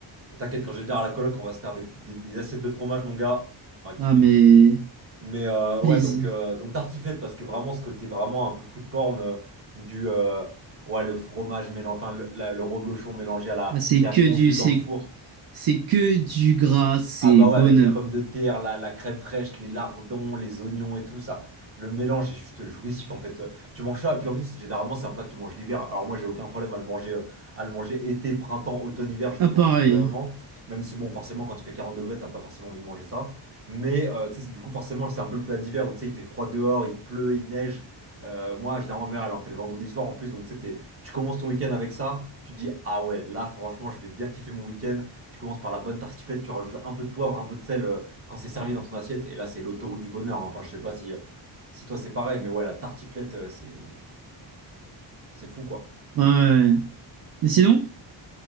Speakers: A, on the right; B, on the right.
A: T'inquiète, quand je vais dire à la coloc, on va se faire des, des- des assiettes de fromage, mon gars. On va kiffer.
B: Ah, mais
A: Mais euh,
B: please.
A: ouais, donc, euh, donc tartiflette, parce que vraiment, ce côté vraiment un peu food porn euh, du. euh, ouais, le fromage mélangé. Enfin, le, la- le reblochon mélangé à la.
B: Bah, c'est
A: qui
B: que
A: a fondu
B: du, c'est,
A: dans le four.
B: c'est que du gras, c'est
A: Ah bah
B: bonheur.
A: ouais, avec les pommes de terre, la, la crème fraîche, les lardons, les oignons et tout ça. Le mélange est juste jouissif en fait. Euh, Tu manges ça et puis en plus généralement c'est un plat que tu manges l'hiver. Alors moi j'ai aucun problème à le manger, euh, à le manger été, printemps, automne, hiver, je
B: Ah,
A: m'en
B: pareil.
A: fiche totalement. Même si bon forcément quand il fait 40 degrés t'as pas forcément envie de manger ça. Mais euh, tu sais c'est- du coup forcément c'est un peu le plat d'hiver où tu sais il fait froid dehors, il pleut, il neige. Euh, moi généralement ma mère elle en fait le vendredi soir en plus donc tu sais, t'es- tu commences ton week-end avec ça, tu te dis ah ouais là franchement je vais bien kiffer mon week-end. Tu commences par la bonne tartiflette, tu rajoutes un peu de poivre, un peu de sel euh, quand c'est servi dans ton assiette. Et là, c'est l'autoroute du bonheur. hein. Enfin, je sais pas si, euh, si toi c'est pareil, mais ouais, la tartiflette, euh, c'est c'est fou quoi.
B: hein. Ouais. Mais sinon,